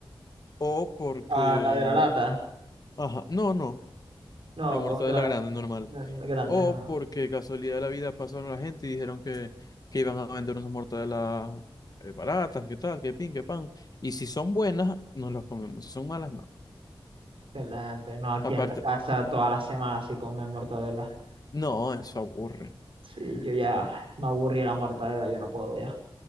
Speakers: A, on the left; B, on the right.
A: o porque...
B: Ah, la de la lata.
A: Ajá, no, no,
B: No,
A: la mortadela
B: otra
A: grande normal.
B: la- la grande,
A: O
B: ajá.
A: porque casualidad de la vida pasaron la gente y dijeron que, que iban a vender unas mortadelas eh, baratas, que tal, que pin, que pan. Y si son buenas, nos las comemos. Si son malas, no.
B: Excelente. No, aquí
A: Aparte,
B: en la casa todas las semanas sí comen mortadela.
A: no, eso aburre.
B: Sí, yo ya me aburrí de la mortadela, yo no puedo ya.